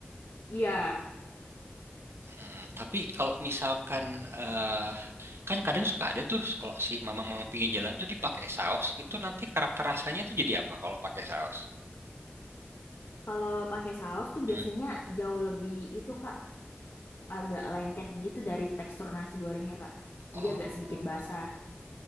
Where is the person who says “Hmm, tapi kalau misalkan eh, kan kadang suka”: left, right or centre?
Right